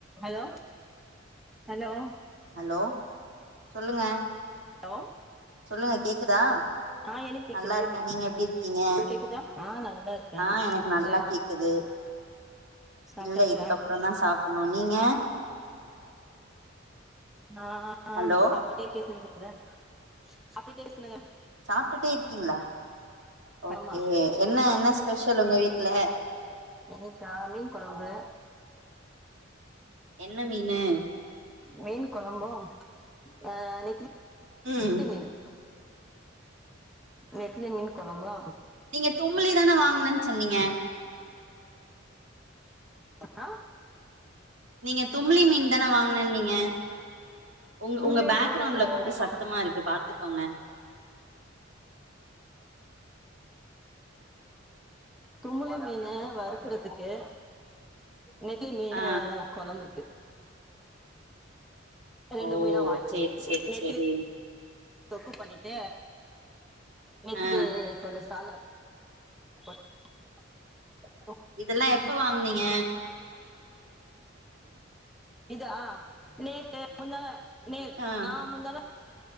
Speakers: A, in the centre; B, on the right (about 65°).
A: Hello hello
B: hello சொல்லுங்க
A: hello
B: சொல்லுங்க கேக்குதா
A: ஆ எனக்கு கேக்குது
B: நல்லாருக்கேன் நீங்க எப்டி இருக்கீங்க
A: உங்களுக்கு கேக்குதா ஆ நல்லா இருக்கே
B: ஆஹ் எனக்கு
A: சாப்ட்டீங்களா
B: நல்லா கேக்குது
A: சாப்ட்டாச்சா
B: இல்ல இதுக்கப்புறம் தான் சாப்பட்ணும் நீங்க
A: நா
B: ஹலோ
A: சாப்டுட்டே பேசுறேங்க அத அப்டி பேசினுகே
B: சாப்டுட்டே இருக்கீங்களா ஓகே
A: ஆமா
B: என்ன என்ன ஸ்பெஷல் உங்க வீட்ல
A: இன்னிக்கா மீன் கொழம்பு
B: என்ன மீனு
A: மீன் கொழம்பும் ஆஹ் நெத்திலி
B: ம்
A: திமீனு நெத்திலி மீனு கொழம்பா
B: நீங்கே தும்மிளி தானே வாங்னன் சொன்னீங்கே
A: ஆ
B: நீங்கே தும்மிளி மீன் தானே வாங்னன்னீங்கே உங் உங்கே
A: நீங்க
B: பேக்கிரவுண்ட்லே கொஞ்சோ சத்தமா இருக்கு பாத் துக்கோங்கே
A: தும்மிளி மீனு வறுக்கறதுக்கே நெத்திலி மீனு
B: ஆ
A: கொழம்பு ஆ ரெண்டு
B: ஓ
A: மீனோ வாங்கி
B: சேரி
A: செஞ்சிட்டே
B: சேரி
A: நெத்திலி
B: சேரி
A: தொக்கு பண்ணி ஏ நெத்திலி
B: ஆ
A: கொஞ்ச சால <inaudible>
B: இதெல்லாம் எப்ப வாங்னீங்க
A: இதா ஆஹ் நேத்து முந்தாநா நே
B: ஆ
A: ஆஹ் முந்தான